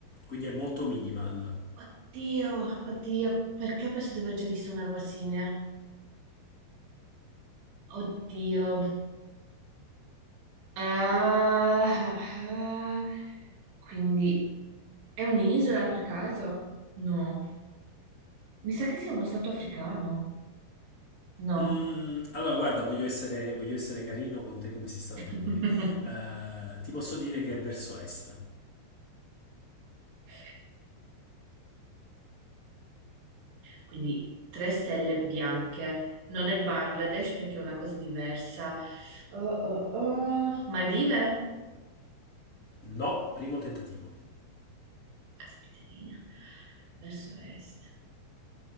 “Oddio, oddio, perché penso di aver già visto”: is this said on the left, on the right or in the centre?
Right